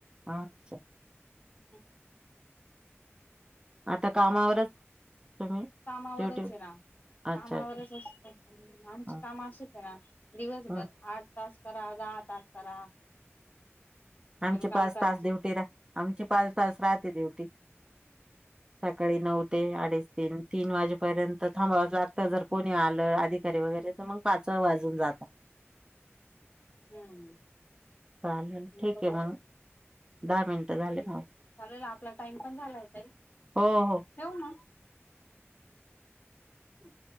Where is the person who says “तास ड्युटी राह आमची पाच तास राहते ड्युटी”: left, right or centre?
Right